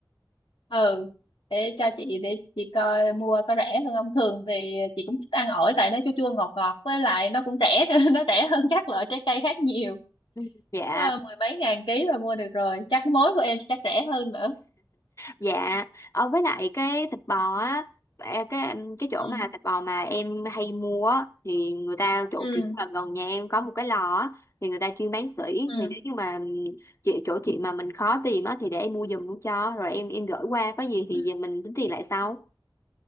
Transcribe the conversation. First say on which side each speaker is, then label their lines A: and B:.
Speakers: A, on the left; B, on the left.
A: ừ để cho chị để chị coi mua có rẻ hơn không thường thì chị cũng thích ăn ổi tại nó chua chua ngọt ngọt với lại nó cũng rẻ nữa <laughs> nó rẻ hơn các loại trái cây khác nhiều
B: Ừ. Dạ.
A: Có mười mấy ngàn ký là mua được rồi chắc mối của em chắc rẻ hơn nữa
B: Dạ, ở với lại cái thịt bò á, e- cái cái chỗ
A: ừ
B: mà thịt bò mà em hay mua á, thì người ta chỗ
A: ừ
B: kiểu là gần nhà em có một cái lò á, thì người ta chuyên bán sỉ
A: ừ
B: thì nếu như mà chị chỗ chị mà mình khó tìm á thì để em mua giùm cho rồi em em gửi qua có gì thì
A: Ừ.
B: mình tính tiền lại sau.